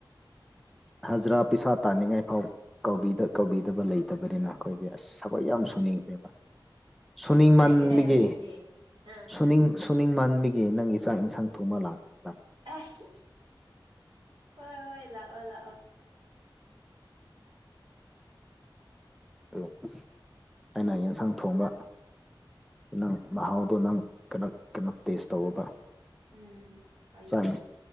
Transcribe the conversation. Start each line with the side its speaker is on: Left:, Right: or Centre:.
Centre: ꯍꯖꯔꯥ ꯄꯩꯁꯥ ꯇꯥꯅꯤꯡꯉꯥꯏ ꯐꯥꯎ ꯀꯧꯕꯤꯗ ꯀꯧꯕꯤꯗꯕ ꯂꯩꯇꯕꯅꯤꯅ ꯑꯩꯈꯣꯏꯗꯤ ꯑꯁ ꯊꯕꯛ ꯌꯥꯝ ꯁꯨꯅꯤꯡꯉꯑꯦꯕ ꯁꯨꯅꯤꯡꯃꯟꯕꯒꯤ
Right: ꯂꯩꯗꯤ ꯂꯩꯔꯝꯅꯤꯅꯦ ꯑꯥ
Centre: ꯁꯨꯅꯤꯡ ꯁꯨꯅꯤꯡꯃꯟꯕꯒꯤ ꯅꯪꯒꯤ ꯆꯥꯛ ꯌꯦꯟꯁꯥꯡ ꯊꯣꯡꯕ ꯂꯥꯛꯄ꯭ꯔꯥ
Right: ꯑꯁ ꯍꯣꯏ ꯍꯣꯏ ꯂꯥꯛꯑꯣ ꯂꯥꯛꯑꯣ
Centre: ꯑꯗꯨ ꯑꯩꯅ ꯌꯦꯟꯁꯥꯡ ꯊꯣꯡꯕ ꯅꯪ ꯃꯍꯥꯎꯗꯣ ꯅꯪ ꯀꯩꯅꯣ ꯀꯩꯅꯣ ꯇꯦꯁ ꯇꯧꯑꯣꯕ
Right: ꯎꯝ ꯍꯣꯏꯅꯦ
Centre: ꯆꯥꯛ ꯏꯟ